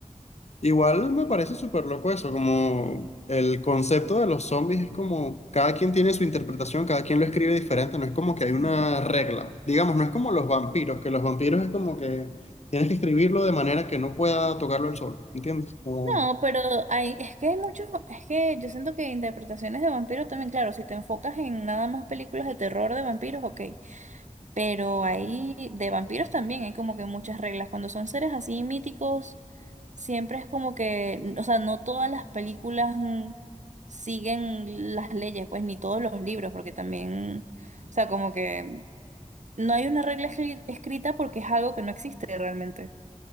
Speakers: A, on the left; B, on the right.
A: Igual me parece súper loco eso, como el concepto de los zombies es como cada quien tiene su interpretación, cada quien lo escribe diferente, no es como que hay una
B: Sí.
A: regla. Digamos, no es como los vampiros, que los vampiros es como que tienes que escribirlo de manera que no pueda tocarlo el sol, ¿entiendes? Como-
B: No, pero hay, es que hay muchos, es que yo siento que interpretaciones de vampiros también, claro, si te enfocas en nada más películas de terror de vampiros, ok. Pero ahí de vampiros también hay como que muchas reglas. Cuando son seres así míticos, siempre es como que, o sea, no todas las películas mm, siguen las leyes, pues ni todos los libros, porque también, o sea, como que no hay una regla escri- escrita porque es algo que no existe realmente.